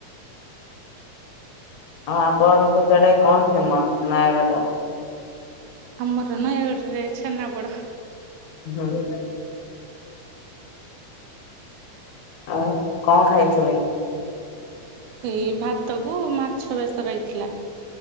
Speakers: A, on the left (about 70°); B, on the right (about 80°).
A: ହଁ ଆପଣଙ୍କ ସେଆଡେ କଣ ଫେମସ୍ ନୟାଗଡ଼ର?
B: ଆମର ନୟାଗଡ଼ ରେ ଛେନାପୋଡ।
A: <inaudible> ଆଉ କଣ ଖାଇଥିଲେ?
B: ଏଇ ଭାତ କୁ ମାଛ ବେସର ହେଇଥିଲା।